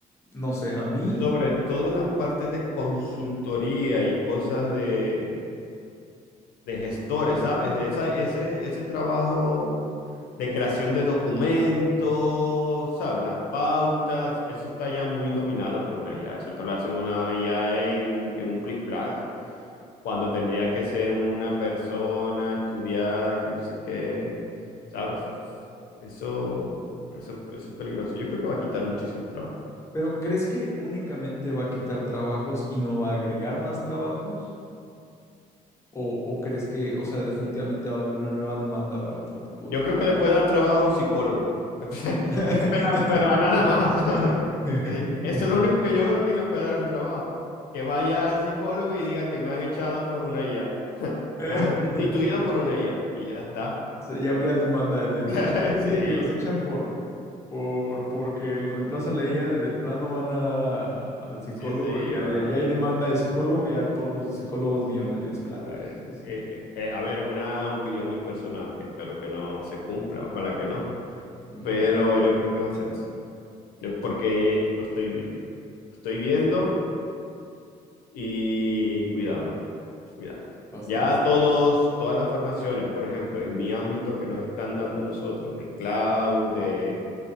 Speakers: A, on the left (about 20°); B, on the left (about 80°).
A: No sé, a mí,
B: Sobre todo en la parte de consultoría y cosas de, de gestores, ¿sabes? Esa- ese, ese trabajo de creación de documentos, ¿sabes? Las pautas, eso está ya muy dominado por una IA. Eso te lo hace una IA en, en un plis plas, cuando tendría que ser una persona estudiada, que no sé qué, ¿sabes? Eso, eso, eso es peligroso. Yo creo que va a quitar muchísimo trabajo.
A: pero ¿crees que únicamente va a quitar trabajos y no va a agregar más trabajos? ¿O, o crees que, o sea, definitivamente va a haber una nueva demanda para otro tipo
B: Yo
A: de trabajo?
B: creo que le puede dar trabajo a un psicólogo. <laughs>
A: <laughs>
B: Pero a nada más. <laughs> Así, Eso es lo único que yo veo a quien le puede dar un trabajo. Que vaya al psicólogo y diga que me han echado por una IA. <laughs>
A: <laughs>
B: Me han sustituido por una IA. Y ya está.
A: sea, ya habría demanda de, de
B: <laughs>
A: tanta gente que los echan por, por, porque los reemplaza la IA, de, de plano van a dar a- a- al psicólogo
B: Sí, sí, sí,
A: y ya
B: va.
A: de allá hay demanda de psicólogo, ya todos los psicólogos millonarios,
B: Sí.
A: claro,
B: A ver,
A: eso sí,
B: eh, eh, eh, a ver, es una opinión muy personal que espero que no se cumpla. Ojalá que no.
A: ujú,
B: Pero yo creo que va a ser así. Yo- porque lo estoy viendo. Lo estoy viendo Y cuidado, eh, cuidado.
A: bastante.
B: Ya todos, todas las formaciones, por ejemplo, en mi ámbito que nos están dando a nosotros, de cloud, de,